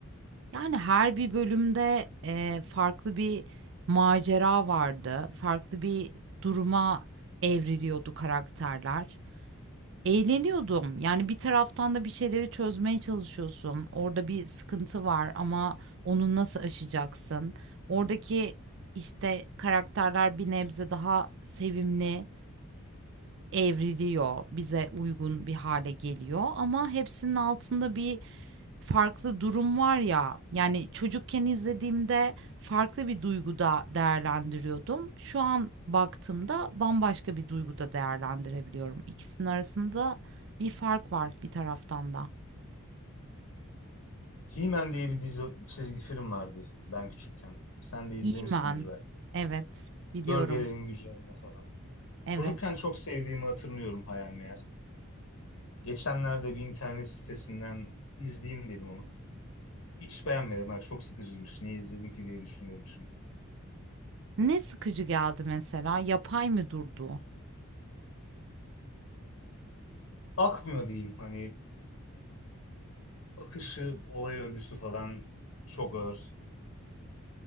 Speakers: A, on the right; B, on the left.
A: Yani her bir bölümde eee, farklı bir macera vardı. Farklı bir duruma evriliyordu karakterler. Eğleniyordum. Yani bir taraftan da bir şeyleri çözmeye çalışıyorsun. Orada bir sıkıntı var ama onu nasıl aşacaksın? Oradaki işte karakterler bir nebze daha sevimli. Evriliyor, bize uygun bir hale geliyor ama hepsinin altında bir farklı durum var ya. Yani çocukken izlediğimde farklı bir duyguda değerlendiriyordum. Şu an baktığımda bambaşka bir duyguda değerlendirebiliyorum. İkisinin arasında bir fark var bir taraftan da.
B: He-Man diye bir dizi çizgi film vardı ben küçükken. Sen de izlemişsindir
A: İmen.
B: belki.
A: Evet, biliyorum.
B: Gölgelerin gücü adına falan.
A: Evet.
B: Çocukken çok sevdiğimi hatırlıyorum hayal meğer. Geçenlerde bir internet sitesinden izleyeyim dedim onu. Hiç beğenmedim. Ha, çok sıkıcıymış. Niye izledim ki diye düşünüyorum şimdi.
A: Ne sıkıcı geldi mesela? Yapay mı durdu?
B: Akmıyor diyeyim. Hani akışı, olay örgüsü falan çok ağır.